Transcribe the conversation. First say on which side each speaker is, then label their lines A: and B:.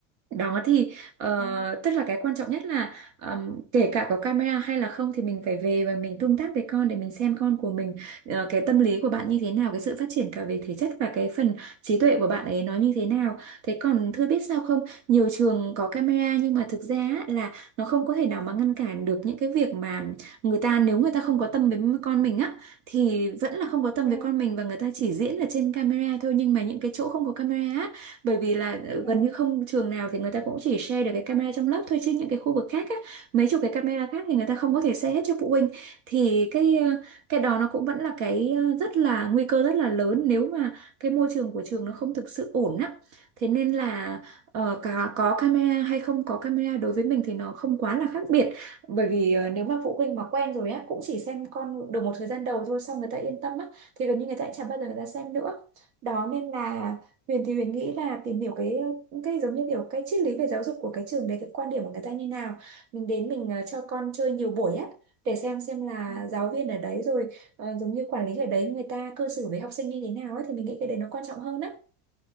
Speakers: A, on the right (about 90°); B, on the right (about 55°).
A: đó thì ờ,
B: ừ
A: tức là cái quan trọng nhất là ờm, kể cả có camera hay là không thì mình phải về và mình tương tác với con để mình xem con của mình ờ, cái tâm lý của bạn như thế nào, cái sự phát triển cả về thể chất và cái phần trí tuệ của bạn ấy nó như thế nào. Thế còn Thư biết sao không? Nhiều trường có camera nhưng mà thực ra á, là nó không có thể nào mà ngăn cản được những cái việc mà người ta nếu người ta không có tâm với con mình á thì vẫn là không có tâm
B: ừ
A: với con mình và người ta chỉ diễn ở trên camera thôi nhưng mà những cái chỗ không có camera á, bởi vì là ờ,
B: ừ
A: gần như không trường nào thì người ta cũng chỉ share được cái camera trong lớp thôi chứ những cái khu vực khác á mấy chục cái camera khác thì
B: ừ
A: người ta không có thể share hết cho phụ huynh thì cái ờ, cái đó nó cũng vẫn là cái ờ, rất là nguy cơ rất là lớn nếu mà cái môi trường của trường nó không thực sự ổn á thế nên là ờ, cả có camera hay không có camera đối với mình thì nó không quá là khác biệt bởi vì ờ, nếu mà phụ huynh mà quen rồi á cũng chỉ xem con được một thời gian đầu thôi xong người ta yên tâm á thì gần như người ta chả bao giờ người ta xem nữa đó nên là Huyền thì Huyền nghĩ là tìm hiểu cái cái giống như kiểu cái triết lý về giáo dục của cái trường đấy cái quan điểm của người ta như nào mình đến mình ờ, cho con chơi nhiều buổi á để xem xem là
B: ừ
A: giáo
B: ừ
A: viên ở đấy rồi ờ, giống như quản lý ở đấy người ta cư xử với học sinh như thế nào ấy thì mình nghĩ cái đấy nó quan trọng hơn á